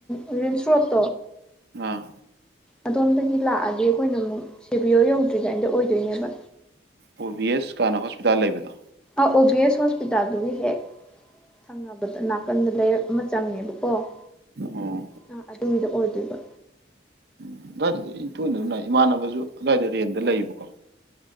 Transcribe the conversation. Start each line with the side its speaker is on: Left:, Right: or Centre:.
Centre: ꯎꯝꯔꯤꯝꯁ ꯔꯣꯠ
Right: ꯑꯥ
Centre: ꯑꯗꯣꯝꯗꯒꯤ ꯂꯥꯛꯑꯗꯤ ꯑꯩꯈꯣꯏꯅ ꯑꯃꯨꯛ ꯁꯦꯕꯤꯌꯣ ꯌꯧꯗ꯭ꯔꯤꯉꯥꯏꯗ ꯑꯣꯏꯗꯣꯏꯅꯦꯕ
Right: ꯑꯣ ꯕꯤ ꯑꯦꯁ ꯀꯥꯟꯅ ꯍꯣꯁꯄꯤꯇꯥꯜ ꯂꯩꯕꯗꯣ
Centre: ꯑꯣ ꯕꯤ ꯑꯦꯁ ꯍꯣꯁꯄꯤꯇꯥꯜꯗꯨꯒꯤ ꯍꯦꯛ ꯊꯪꯅꯕꯗ ꯅꯥꯀꯟꯗ ꯂꯩꯔꯛ ꯑꯃ ꯆꯪꯉꯦꯕꯀꯣ ꯀꯣ
Right: ꯑꯣ
Centre: ꯑ ꯑꯗꯨꯒꯤꯗꯣ ꯑꯣꯏꯗꯣꯏꯕ
Right: ꯎꯝ ꯑꯗꯨꯋꯥꯏꯗꯨꯗꯤ ꯑꯩ ꯇꯣꯏꯅꯗꯨꯝ ꯂꯛ ꯏ ꯏꯃꯥꯟꯅꯕꯁꯨ ꯑꯗꯨꯋꯥꯏꯗ ꯔꯦꯟꯗ ꯂꯩꯌꯦꯕꯀꯣ